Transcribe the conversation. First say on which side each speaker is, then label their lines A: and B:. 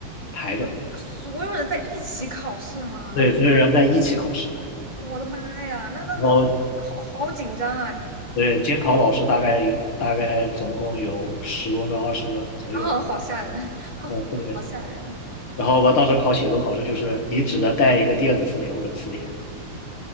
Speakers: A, on the left (about 70°); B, on the right (about 20°).
A: 排着，
B: 所有人在一起考试吗？
A: 对，所有人在一起考试，
B: 我的妈呀，那那那那，
A: 然后
B: 好好紧张啊！天呐，
A: 对，监考老师大概有大概总共有十多个、二十个左右。
B: 啊，好吓人，<laughs>
A: 呃，对。
B: 好吓人啊！
A: 然后我们当时考写作考试，就是你只能带一个电子词典或者词典，